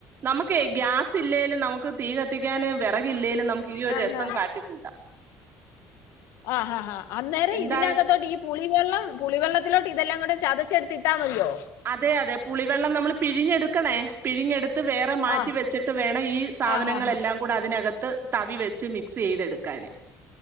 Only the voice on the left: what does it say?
ആഹ്
ആഹ്
ആഹ് ആഹ് ഹാ അന്നേരം
ഇതിനകത്തോട്ട് ഈ പുളിവെള്ളം പുളിവെള്ളത്തിലോട്ട് ഇതെല്ലാം കൂടെ ചതച്ചെടുത്തിട്ടാ മതിയോ?
ആഹ്
ആഹ് ആഹ്